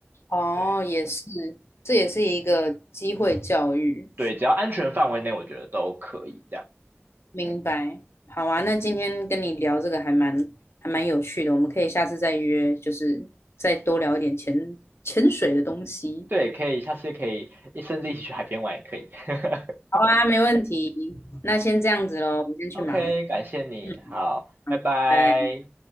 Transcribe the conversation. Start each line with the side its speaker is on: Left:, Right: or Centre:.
Left: 哦，
Right: 对
Left: 也是，这也是一个机会教育，
Right: 对，只要安全范围内，我觉得都可以这样。
Left: 明白。
Right: 嗯，
Left: 好啊，那今天跟你聊这个还蛮还蛮有趣的，我们可以下次再约，就是再多聊一点潜潜水的东西。
Right: 对，可以，下次可以甚至一起去海边玩也可以。<laughs>
Left: 好啊，没问题。那先这样子喽，我先去忙，
Right: OK，感谢你，
Left: 嗯，
Right: 好，拜拜。
Left: 拜。